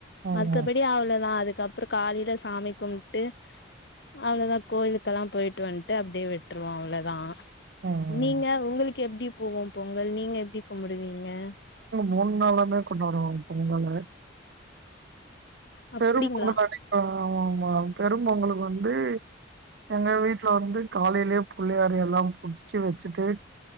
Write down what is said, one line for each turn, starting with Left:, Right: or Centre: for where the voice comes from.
Right: ம்,
Left: மத்தபடி அவ்ளதான் அதுக்கு அப்புறம் காலையில சாமி கும்பிட்டு அவ்வளோதான் கோயிலுக்கெல்லாம் போயிட்டு வந்துட்டு அப்படியே விட்டுருவோம் அவ்வளோதான்
Right: ம், ம்.
Left: நீங்க உங்களுக்கு எப்படி போவோம் பொங்கல் நீங்க எப்படி கும்பிடுவீங்க நீங்க
Right: மூணு நாளுமே கொண்டாடுவோம் பொங்கலு
Left: அப்டிங்ளா
Right: பெரும்ப ஒண்ணு தணக்க ஆமா <unintelligible> பெரும் பொங்கலுக்கு வந்து எங்க வீட்டுல வந்து காலையிலயே புள்ளையார எல்லாம் புடிச்சு வச்சுட்டு